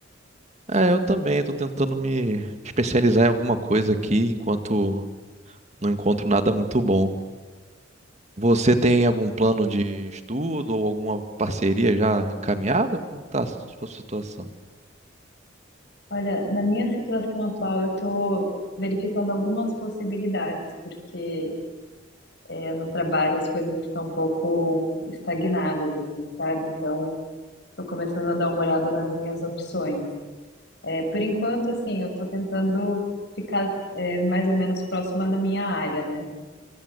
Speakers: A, on the right; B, on the left.
A: Ah, eu também, estou tentando me especializar em alguma coisa aqui, enquanto não encontro nada muito bom. Você tem algum plano de estudo ou alguma parceria já encaminhada? Como está a sua situação?
B: Olha, na minha situação atual, eu tô verificando algumas possibilidades, porque é, no trabalho as coisas estão um pouco estagnadas, assim, sabe? Então, tô começando a dar uma olhada nas minhas opções. É, por enquanto, assim, eu tô tentando ficar é, mais ou menos próxima da minha área, né?